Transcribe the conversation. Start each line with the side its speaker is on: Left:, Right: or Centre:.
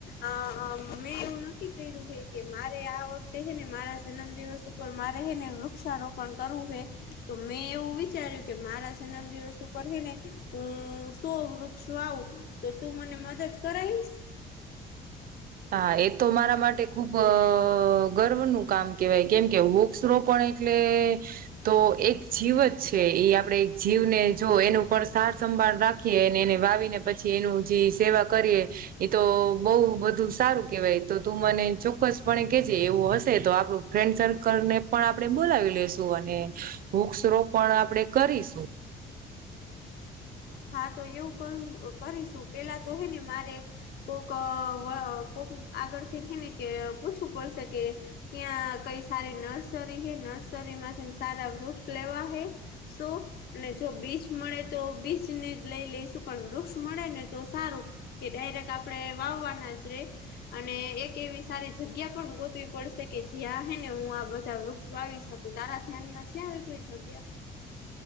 Left: આ હા મેં એવું નક્કી કર્યું હે કે મારે આ વખતે હેને મારા જન્મ દિવસ ઉપર મારે હે ને વૃક્ષારોપણ કરવું હે તો મેં એવું વિચાર્યું કે મારા જન્મ દિવસ ઉપર છહે ને હું સો વૃક્ષ વાવું. તો તું મને મદદ કરાઈસ.
Right: હા એ તો મારા માટે ખુબ આ ગર્વનું કામ કેહેવાય કેમ કે વૃક્ષ રોપણ એ એટલે તો એક જીવ જ છે ઈ આપડે એક જીવને જો એનું ઉપર સાર સંભાળ રાખ રાખીએ એને વાવીને પછી એનું જે સેવા કરીએ એ તો બો બધું શું સારું કહેવાય તો તું મને ચોક્કસપણે કેજે એવું હશે તો આપણું ફ્રેન્ડ સર્કલ ને પણ આપણે બોલાવી લેશું અને વૃક્ષ રોપણ આપડે કરીશું.
Left: હા તો એવું કર કરીશું પેલા તો હે ને મારે કોક આ વા કોક આગળથી હે ને કે પૂછવું પડશે કે ક્યાં કઈ સારી નર્સરી હૈ નર્સરી માંથી સારા વૃક્ષ લેવા હૈ. શો અને જો બીચ મળે તો બીચ ને જ લઈ લઈશું પણ વૃક્ષ મળે ને તો સારું. કે ડાયરેક્ટ આપણે વાવવાના જ રે. અને એક એવી સારી જગ્યા પણ ગોતવી પડશે કે જ્યાં હે ને હું આ બધા વૃક્ષ વાવી શકું તારા ધ્યાનમાં છે આવી કોઈ જગ્યા.